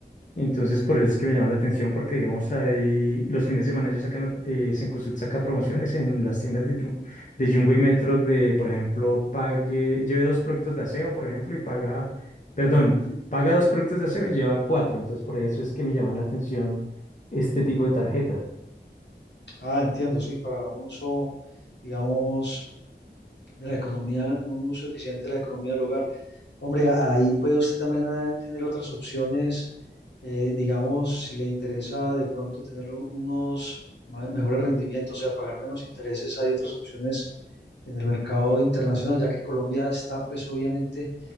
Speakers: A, on the left; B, on the left.
A: Entonces, por eso es que me llama la atención, porque digamos, ahí los fines de semana ellos sacan, eh, Cencosud saca promociones en las tiendas de, Jum- de Jumbo y Metro de, por ejemplo, pague, lleve dos productos de aseo, por ejemplo, y paga, perdón, paga dos productos de aseo y lleva cuatro. Entonces, por eso es que me llaman la atención este tipo de tarjeta.
B: Ah, entiendo, sí, para un uso, digamos, de la economía, un uso eficiente de la economía del hogar. Hombre, ahí puede usted también eh, tener otras opciones, eh, digamos, si le interesa de pronto tener unos ma- mejores rendimientos, o sea, pagar menos intereses, hay otras opciones en el mercado internacional, ya que Colombia está, pues, obviamente